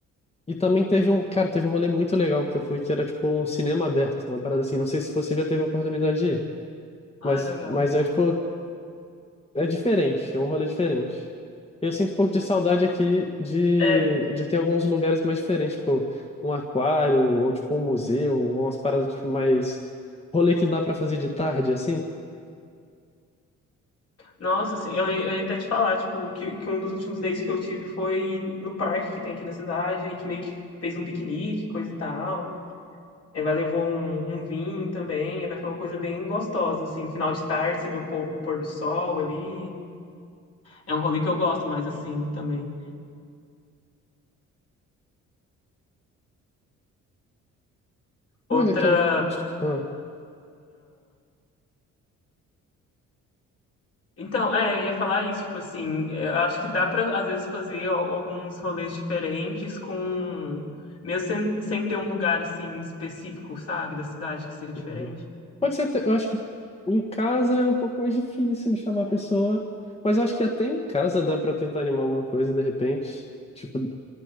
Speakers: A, on the left (about 20°); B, on the left (about 50°).
A: E também teve um, cara, teve um rolê muito legal que eu fui, que era, tipo, um cinema aberto, uma parada assim. Não sei se você já teve a oportunidade de ir,
B: Ah,
A: mas,
B: legal.
A: mas é, tipo, É diferente, é um rolê diferente. Eu sinto um pouco de saudade aqui de,
B: É,
A: de ter alguns lugares mais diferentes, tipo um aquário, ou tipo um museu, ou umas paradas tipo, mais. Rolê que dá pra fazer de tarde, assim.
B: nossa, assim, eu, ia- eu ia até te falar, tipo, que, que um dos últimos dates que eu tive foi no parque que tem aqui na cidade, a gente meio que fez um piquenique, coisa e tal. Aí vai levar um, um vinho também, aí vai ficar uma coisa bem gostosa, assim, final de tarde, você vê o, pô- o pôr do sol ali. É um rolê que eu gosto mais, assim, também.
A: Mas
B: Outra
A: eu quero. Ah,
B: Então, é, eu ia falar isso, tipo assim, é, eu acho que dá pra, às vezes, fazer al- alguns rolês diferentes com, mesmo sem, sem ter um lugar, assim, específico, sabe, da cidade que seja diferente.
A: uhum. Pode ser até. Eu acho que em casa é um pouco mais difícil de chamar a pessoa, mas eu acho que até em casa dá pra tentar animar alguma coisa de repente. Tipo,